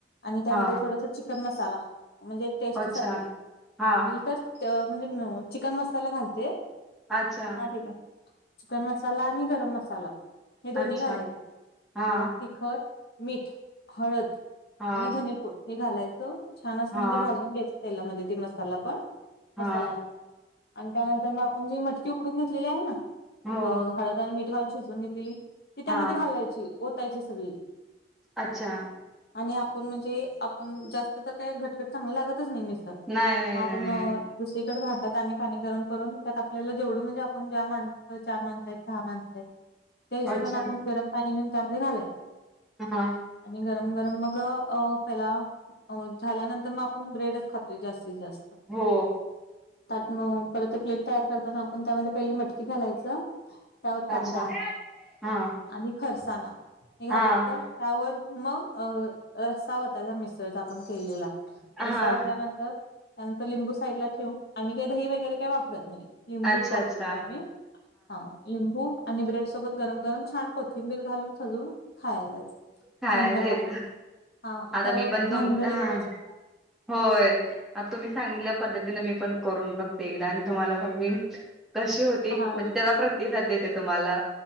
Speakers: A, on the left; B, in the centre.
A: आणि त्यामध्ये
B: हा
A: थोडस चिकन मसाला म्हणजे टेस्ट
B: अच्छा
A: साठी
B: हा
A: मी तर तर मयो म्हणजे चिकन मसाला घालते
B: अच्छा
A: हा ठीक आहे. चिकन मसाला आणि गरम मसाला हे दोन्ही
B: अच्छा
A: घालायचं
B: हा
A: मग तिखट मीठ, हळद
B: हा
A: धनेपूड हे छान असं
B: हा
A: म्हणजे भाजून घ्यायच तेलामध्ये ते मसाला पण.
B: हा.
A: मसाला आणि त्यानंतर मग आपण जी मटकी उकडून घेतलेली आहे ना
B: हो
A: अ हळद त्यांनी मीठ घालून शिजवून घेतलेली ती त्यामध्ये
B: हा
A: घालायची ओतायची सगळी.
B: अच्छा
A: आणि आपुण म्हणजे आपूण जास्त तर काय घटघट चांगलं लागतच नाही मिस तं
B: नाही नाही
A: मग आपण
B: नाही नाही
A: दुसरीकडे भांड्यात आणि पाणी गरम करून त्यात आपल्याला जेवढं म्हणजे आपण ज्या माणसं चार माणसं आहेत सहा माणसं आहेत त्या हिशोबाने
B: अच्छा
A: आपण गरम पाणी घेऊन त्यामध्ये घालायचं.
B: हा
A: आणि गरम गरम मग अ पहिला अ झाल्यानंतर मग पण ब्रेडच खातोय जास्तीत जास्त.
B: हो
A: म परत ते प्लेट तयार करताना आपण त्यामध्ये पहिली मटकी घालायचं त्यावर
B: अच्छा
A: कांदा
B: हा
A: आणि खरसाना हे घालायचं.
B: हा
A: त्यावर मग अ रस्सा ओतायचा मिसळचा आपण केलेला.
B: हा
A: रस्सा वतल्या या नंतर लिंबू साईडला ठेवून काही दही वगैरे काही वापरत नाही. लिंबूच
B: अच्छा
A: वापरतो
B: अच्छा
A: आम्ही हा. लिंबू आणि ब्रेड सोबत गरम गरम छान कोथिंबीर घालून सजवून खायला द्याचं
B: खायला
A: एक नंबर लागते.
B: येत
A: हा
B: आता
A: खरं
B: मी पण
A: झणझणीत
B: तुम हा
A: पाहिजे.
B: होय. आता तुम्ही सांगितल्या पद्धतीने मी पण करून बघ ते एकदा आणि तुम्हाला पण मी कशी होती
A: हा
B: म्हणजे त्याचा प्रतिसाद देते तुम्हाला.